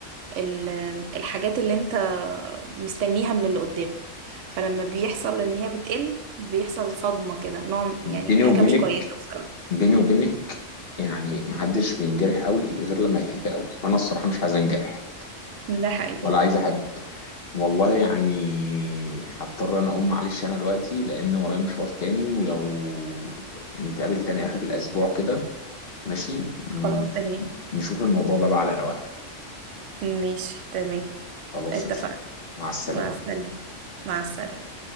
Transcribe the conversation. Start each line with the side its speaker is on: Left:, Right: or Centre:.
Right: ال- الحاجات اللي انت مستنيها من اللي قدام فلما بيحصل إن هي بتقل بيحصل صدمة كده نوع
Left: بيني
Right: يعني حاجة
Left: وبينك
Right: مش كويسة بصراحة
Left: بيني وبينك يعني محدش بينجرح قوي غير لما يحب قوي وانا الصراحة مش عايز انجرح
Right: ده حقيقي
Left: ولا عايز احب والله يعني هضطر انا اقوم معلش انا دلوقتي لان ورايا مشوار تاني ولو نتقابل تاني اخر الاسبوع كده ماشي ن-
Right: خلاص تمام
Left: نشوف الموضوع ده بقى على رواقه
Right: ماشي تمام
Left: خلاص
Right: اتفقنا
Left: قشطة مع السلامة
Right: مع السلامة مع السلامة